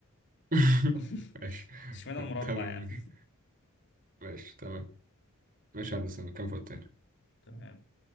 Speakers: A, on the right; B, on the left.
A: <laughs>
B: <laughs>
A: ماشي
B: اشمعنى
A: ت-
B: المربع
A: تمام
B: يعني
A: ماشي ماشي تمام ماشي يا هندسة كام فوق التاني
B: <laughs> تمام